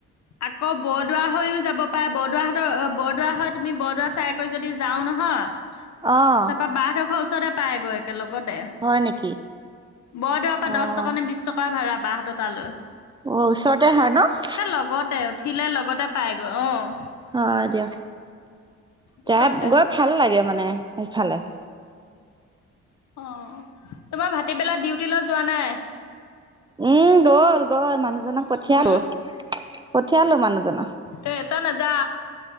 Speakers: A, on the left; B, on the right.
A: আকৌ বৰদোৱা হৈও যাব পাৰে বৰদোৱাহঁতৰ বৰদোৱা হয় তুমি বৰদোৱা চাই কৰি যদি যাওঁ নহয় হ
B: অ'
A: তাৰপা বাহঁতৰ ঘৰ ওচৰতে পাইগৈ একে লগত দে
B: হয় নেকি
A: বৰদোৱাৰ পৰা
B: অ'।
A: দহ টকা নে বিশ টকা ভাড়া বাহঁতৰ তালৈ।
B: অ', ওচৰতে হয় ন'।
A: একে লগতে উঠিলে লগতে পাই গৈ অ'।
B: অ', দিয়
A: ওচৰতে
B: যাই গৈ ভাল লাগে মানে সেইফালে।
A: অ', তোমাৰ ভাতিবেলা ডিউটি লৈ যোৱা নাই।
B: উম। গ'ল গ'ল মানুহজনক পঠিয়ালো
A: উম।
B: পঠিয়ালো মানুহজনক।
A: এ তই নাযা?